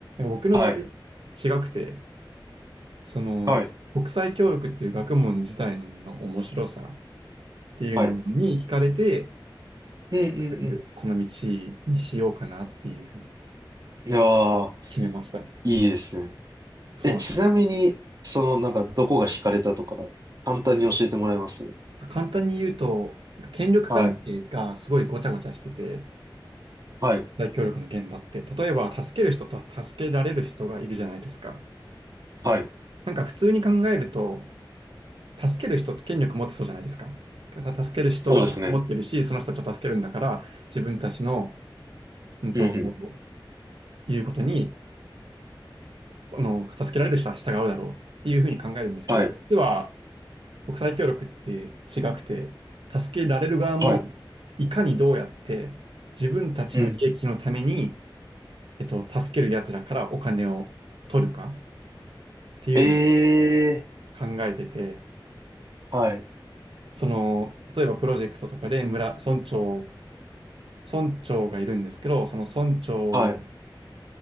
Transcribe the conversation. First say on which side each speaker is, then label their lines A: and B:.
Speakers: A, on the right; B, on the right.
A: か僕の場合、
B: はい、
A: 違くて、その、
B: はい。
A: 国際協力っていう学問自体の面白さっていうのに惹かれて、
B: はい。うんうんうん。
A: 結局、この道にしようかなっていうふうに
B: いやー、
A: 決めましたね。
B: いいですね。
A: そうなんで
B: え、ちなみに、その、なんか、どこが惹かれたとか、簡単に教えてもらえます
A: す。簡単に言うと、権力関係がすごいごちゃごちゃしてて、
B: はい、はい、
A: 大協力の現場って、例えば助ける人と助けられる人がいるじゃないですか。
B: はい。
A: なんか普通に考えると、助ける人って権力持ってそうじゃないですか。た助ける人がお金持ってるし、
B: そうですね。
A: その人たちを助けるんだから、自分たちの、うんと、
B: うんうん。
A: いうことにこの、助けられる人は従うだろうっていうふうに考えるんですけど、
B: はい、
A: 実は国際協力って違くて、助けられる側も
B: はい、
A: いかにどうやって自分たちの利益のために、
B: うん。
A: えっと、助ける奴らからお金を取るかっていうのを
B: ええ
A: 考えてて、
B: ー、はい、
A: その、例えばプロジェクトとかで村、村長、村長がいるんですけど、その村長
B: はい、